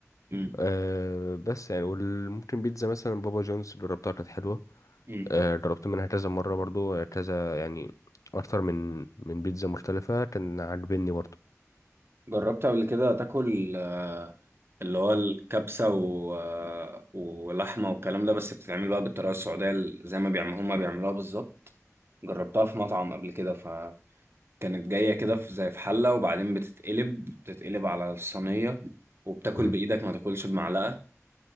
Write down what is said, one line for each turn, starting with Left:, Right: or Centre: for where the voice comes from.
Right: امم
Left: أه بس يعني وممكن بيتزا مثلا بابا جونز جربتها كانت حلوة
Right: امم
Left: أه جربت منها كذا مرة برضو آه، كذا يعني أكتر من من بيتزا مختلفة كان عاجبني برضو
Right: جربت قبل كده تاكل آه، اللي هو الكبسة و... آه، ولحمة والكلام ده بس بتتعمل بقى بالطريقة السعودية ال- زي ما بيعملوا هما بيعملوها بالظبط جربتها في مطعم قبل كده فكانت جاية كده في زي في حلة وبعدين بتتقلب بتتقلب على الصينية وبتاكل
Left: مم.
Right: بإيدك ما تاكلش بمعلقة